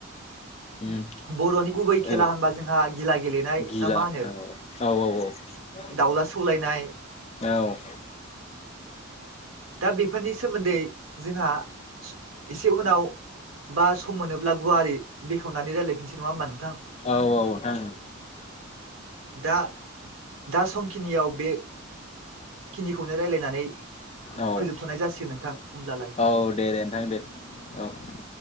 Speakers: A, on the left; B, on the right.
A: औ
B: बर'नि गुबै खेला
A: ओरै
B: होनबा जोंहा गिला गेलेनाय
A: गिला
B: ना मा होनो?
A: औ औ औ।
B: दाउला सौलायनाय
A: औ।
B: दा बेफोरनि सोमोन्दै जोंहा एसे उनाव बा सम मोनोब्ला गुवारै बेखेवनानै रायजलायफिनसै नङा होमा नोंथां?
A: औ औ नोंथां ओं।
B: दा दा समखिनियाव बे खिनिखौनो रायजलायनानै
A: औ
B: फोजोबथ'नाय जासिगोन नोंथां होमब्लालाय।
A: औ दे दे नोंथां दे औ।